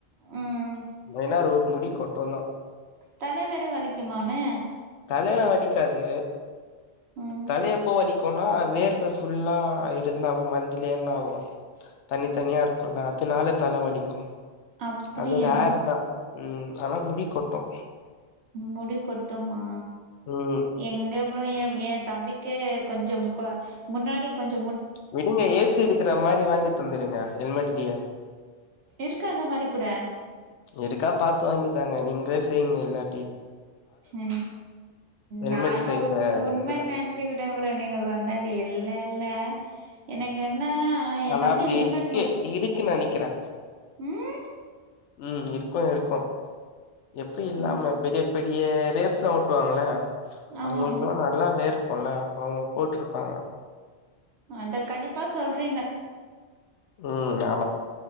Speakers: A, on the right (about 70°); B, on the left (about 85°).
A: ம்
B: மெய்னா முடி கொட்டோந்தா
A: தல வேற வலிக்குமாமே
B: தலைலா வலிக்காது
A: ம்
B: தல எப்போ வலிக் குனா வேர்வே ஃபுல்லா இருந்தா மண்டில என்னா ஆவு தண்ணி தண்ணியா இருக்குல்ல அதுனால தல வலிக்கூ
A: அப்டியா?
B: அது ஒரு ஹேரு தா ம் ஆனா முடி கொட்டு
A: முடி கொட்டுமா
B: ம்
A: எங்க ப்ரோ என் என் தம்பி கே கொஞ்ச ஆ முன்னாடி கொஞ்ச
B: விடுங்க ஏசி இருக்கிற மாறி வாங்கி தந்துடுங்க ஹெல்மெட்லயே
A: இருக்கா அந்த மாறி கூட
B: இருக்கா பாத்து வாங்கி தாங்க நீங்களே செய்யுங்க இல்லா
A: ம்
B: ஹெல்மெட்
A: நானு
B: செய்யற
A: உண்ம உண்மை
B: இதெல்லா
A: நெனச் ச்சுகிட்ட ப்ரோ நீங்க சொன்னது இல்ல இல்ல எனக் என்னன்னா என்
B: ஆனா
A: தம்பி
B: அப்படி
A: ஹெல்மெட்
B: இருக்கு இருக்கு நெனைக்கிறே
A: ம்
B: ம் இருக்கு இருக்கு எப்டி இல்லாம
A: ம்
B: பெரிய இப்படியே ரேஸ்ல ஓட்டு வாங்கள
A: ஆமா
B: அவுங்களுக்கான
A: ஆமா
B: நல்லா வேர்க் குல்ல அப்ப அவுங்க போட்டுருப்பாங்க
A: அத கண்டிப்பா சொல்றீங்க
B: ம் ஆமா